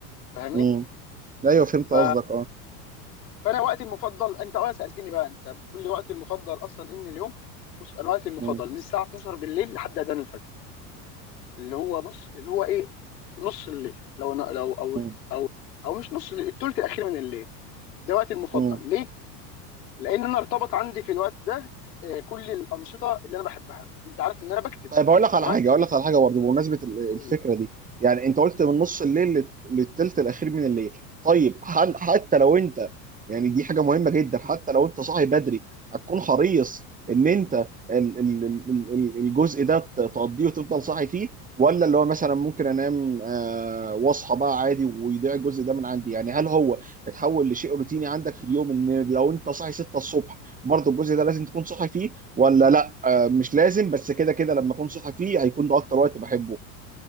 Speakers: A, on the left; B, on the right.
A: فاهمني
B: مم. ايوه فهمت
A: ف...
B: قصدك اه
A: فانا وقتي المفضل انت اه سالتني بقى انت بتقول لي وقتي المفضل اصلا ان اليوم بص انا وقتي المفضل
B: مم.
A: من الساعه 12 بالليل لحد اذان الفجر اللي هو بص اللي هو ايه نص الليل لو أنا لو او
B: مم.
A: او او مش نص الليل الثلث الاخير من الليل ده وقتي المفضل
B: مم.
A: ليه؟ لان انا ارتبط عندي في الوقت ده آه، كل الانشطه اللي انا بحبها انت عارف ان انا بكتب
B: طيب اقول لك على
A: تمام؟
B: حاجه اقول لك على حاجه برضه بمناسبه ال-
A: بقول
B: الفكره
A: لك،
B: دي يعني انت قلت من نص الليل لل- للتلت الاخير من الليل طيب هل حتى لو انت يعني دي حاجه مهمه جدا حتى لو انت صاحي بدري هتكون حريص ان انت ال ال ال ال الجزء ده ت- تقضيه وتفضل صاحي فيه ولا اللي هو مثلا ممكن انام آه واصحى بقى عادي ويضيع الجزء ده من عندي يعني هل هو اتحول لشيء روتيني عندك في اليوم ان لو انت صاحي 6 الصبح برضه الجزء ده لازم تكون صاحي فيه ولا لا آه مش لازم بس كده كده لما اكون صاحي فيه هيكون ده اكتر وقت بحبه